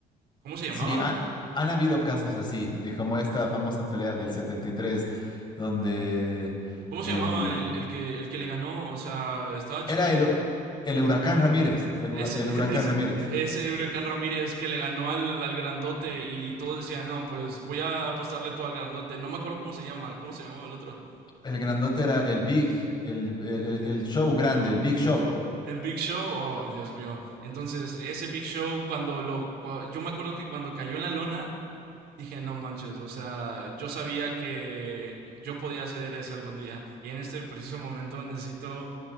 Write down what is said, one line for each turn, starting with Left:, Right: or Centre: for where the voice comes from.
Right: ¿cómo se llamaba?
Left: Sí, ha- han habido casos así, eh, como esta famosa pelea del 73, donde
Right: ¿Cómo
Left: el,
Right: se llamaba el, el que el que le ganó? O sea, estaba chiquito.
Left: era el, el Huracán Ramírez. El,
Right: Ese,
Left: hura- el
Right: <laughs>
Left: Huracán
Right: ese,
Left: Ramírez.
Right: ese Huracán Ramírez que le ganó al, al grandote y todos decían, no, pues voy a apostarle todo al grandote. No me acuerdo cómo se llama, cómo se llamaba el otro.
Left: El grandote era el Big, el, el- el- el show grande, el Big Show.
Right: El Big Show, oh Dios mío. Entonces, ese Big Show, cuando lo. cua- yo me acuerdo que cuando cayó en la lona, dije, no manches, o sea, yo sabía que yo podía hacer ese algún día y en este preciso momento necesito,